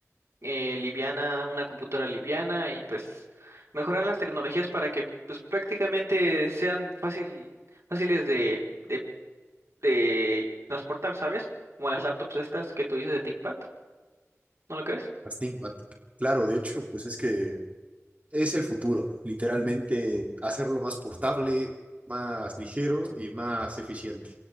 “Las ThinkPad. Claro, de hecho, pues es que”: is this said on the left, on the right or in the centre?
Right